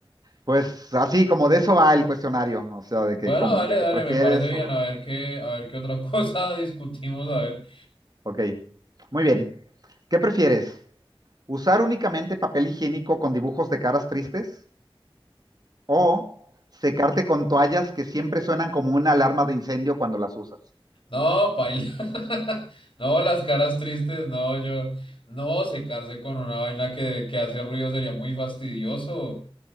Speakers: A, on the right (about 45°); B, on the left (about 70°).
A: pues así como de eso va el cuestionario, o sea, de
B: Bueno,
A: que, como,
B: dale,
A: de que
B: dale,
A: prefieres
B: me parece bien. A ver qué, a ver qué otra cosa <laughs> discutimos, a ver.
A: Ok, muy bien. ¿Qué prefieres? ¿Usar únicamente papel higiénico con dibujos de caras tristes o secarte con toallas que siempre suenan como una alarma de incendio cuando las usas?
B: No, paila. <laughs> No, las caras tristes, no, yo. No, secarse con una vaina que, que hace ruido sería muy fastidioso.